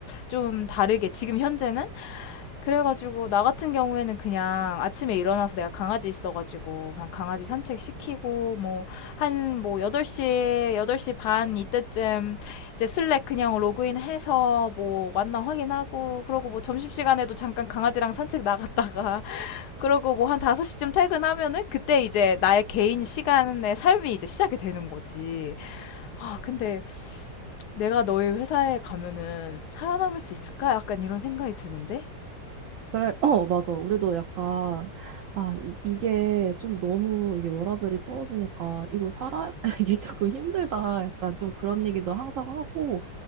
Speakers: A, on the left; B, on the right.
A: 좀 다르게, 지금 현재는? 그래가지고 나 같은 경우에는 그냥 아침에 일어나서 내가 강아지 있어가지고 그냥 강아지 산책 시키고 뭐 한 뭐 8시, 8시 반 이때쯤 이제 슬랙 그냥 로그인 해서 뭐 왔나 확인하고 그러고 뭐 점심시간에도 잠깐 강아지랑 산책 나갔다가 <laughs> 그러고 뭐 한 5시쯤 퇴근하면은 그때 이제 나의 개인 시간의 삶이 이제 시작이 되는 거지. 아, 근데 내가 너희 회사에 가면은 살아남을 수 있을까? 약간 이런 생각이 드는데.
B: 그래, 어, 맞아. 우리도 약간, 아, 이, 이게 좀 너무 이게 워라밸이 떨어지니까 이거 살아, <laughs> 이게 조금 힘들다. 약간 좀 그런 얘기도 항상 하고,